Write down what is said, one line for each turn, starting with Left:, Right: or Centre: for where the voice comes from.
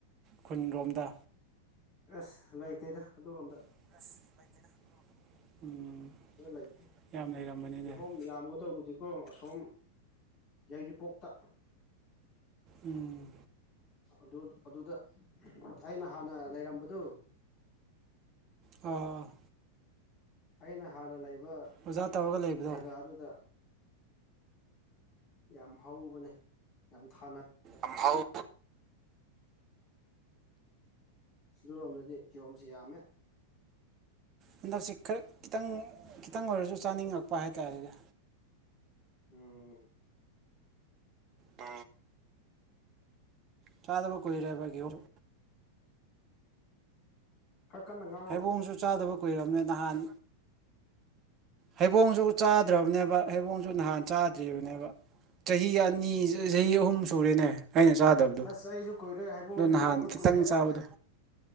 Right: ꯈꯨꯟꯂꯣꯝꯗ
Left: ꯑꯁ ꯂꯩꯇꯦꯗ ꯑꯗꯨꯔꯣꯝꯗ
Right: <inaudible> ꯎꯝ
Left: ꯂꯩꯇꯦ
Right: ꯌꯥꯝ ꯂꯩꯔꯝꯕꯅꯤꯅꯦ
Left: ꯀꯤꯍꯣꯝ ꯌꯥꯝꯒꯗꯧꯕꯗꯤꯀꯣ ꯑꯁꯣꯝ ꯌꯥꯏꯔꯤꯄꯣꯛꯇ
Right: ꯎꯝ
Left: ꯑꯗꯨ ꯑꯗꯨꯗ ꯑꯩꯅ ꯍꯥꯟꯅ ꯂꯩꯔꯝꯕꯗꯨ
Right: ꯑꯥ ꯑꯥ
Left: ꯑꯩꯅ ꯍꯥꯟꯅ ꯂꯩꯕ
Right: ꯑꯣꯖꯥ ꯇꯧꯔꯒ ꯂꯩꯕꯗꯣ
Left: ꯖꯒꯥꯗꯨꯗ ꯌꯥꯝ ꯍꯧꯕꯅꯦ ꯌꯥꯝ ꯊꯥꯅ
Right: ꯑꯝꯍꯥꯎ
Left: ꯑꯗꯨꯔꯣꯝꯗꯗꯤ ꯀꯤꯍꯣꯝꯁꯤ ꯌꯥꯝꯃꯦ
Right: ꯍꯟꯗꯛꯁꯤ ꯈꯔ ꯈꯤꯇꯪ ꯈꯤꯇꯪ ꯑꯣꯏꯔꯁꯨ ꯆꯥꯅꯤꯡꯉꯛꯄ ꯍꯥꯏꯇꯥꯔꯦꯗꯤ
Left: ꯎꯝ
Right: ꯑ ꯆꯥꯗꯕ ꯀꯏꯔꯦꯕꯒꯤ ꯑꯣꯏꯔ
Left: ꯈꯔ ꯀꯟꯅ ꯉꯥꯡꯉꯣ
Right: ꯍꯩꯕꯣꯡꯁꯨ ꯆꯥꯗꯕ ꯀꯨꯏꯔꯔꯕꯅꯦ ꯅꯍꯥꯟ ꯍꯩꯕꯣꯡꯁꯨ ꯆꯥꯗ꯭ꯔꯕꯅꯦꯕ ꯍꯩꯕꯣꯡꯁꯨ ꯅꯍꯥꯟ ꯆꯥꯗ꯭ꯔꯤꯕꯅꯦꯕ ꯆꯍꯤ ꯑꯅꯤ
Left: ꯎꯝ
Right: ꯆꯍꯤ ꯑꯍꯨꯝ ꯁꯨꯔꯦꯅꯦ ꯑꯩꯅ ꯆꯥꯗꯕꯗꯣ
Left: ꯑꯁ ꯑꯩꯁꯨ ꯀꯨꯏꯔꯦ ꯍꯥꯏꯩꯕꯣꯡꯁ
Right: ꯑꯗꯣ ꯅꯍꯥꯟ
Left: ꯆꯥꯗꯕ
Right: ꯈꯤꯇꯪ
Left: ꯀꯨꯏꯔꯦ
Right: ꯆꯥꯕꯗꯣ